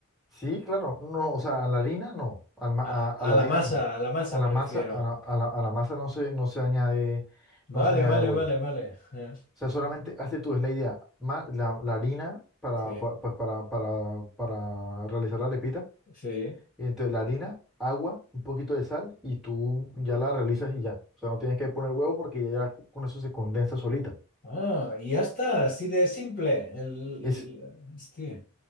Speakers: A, in the centre; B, on the left (about 40°).
A: Sí, claro, no, o sea, a la harina no, al ma- a,
B: A,
A: a la
B: a
A: harina
B: la masa,
A: no,
B: a la masa
A: a la
B: me
A: masa,
B: refiero.
A: a la, a la- a la masa no se, no se añade,
B: Vale,
A: no se añade
B: vale,
A: huevo.
B: vale, vale. Eh,
A: O sea, solamente hazte tú, es la idea. ma- la, la harina para,
B: sí,
A: pa- pues para, para, para realizar la arepita.
B: sí.
A: Y entonces la harina, agua, un poquito de sal y tú ya la realizas y ya. O sea, no tienes que poner huevo porque ya, ya con eso se condensa solita.
B: Ah, y ya está, así de simple. El,
A: Es,
B: el- hostia.